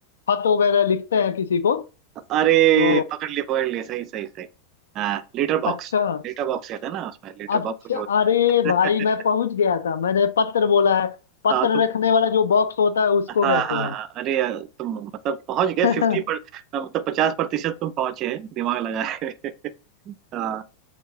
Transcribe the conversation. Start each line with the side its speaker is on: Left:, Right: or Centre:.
Left: खत वगैरह लिखते हैं किसी को
Right: अरे
Left: तो
Right: पकड़ लिए पकड़ लिए सही सही सही हाँ लेटर बॉक्स
Left: अच्छा
Right: लेटर बॉक्स कहते हैं ना उसमें लेटर
Left: अच्छा
Right: बॉक्स जो होता
Left: अरे भाई
Right: है
Left: मैं पहुंच गया था मैंने पत्र बोला है पत्र
Right: <laughs> हाँ तो
Left: रखने वाला जो बॉक्स होता है उसको
Right: हाँ
Left: कहते
Right: हाँ हाँ अरे यार, तुम मतलब पहुंच गए
Left: हैं
Right: फिफ्टी
Left: <laughs>
Right: पर हाँ, मतलब पचास प्रतिशत तुम पहुंचे दिमाग लगाए <laughs> हाँ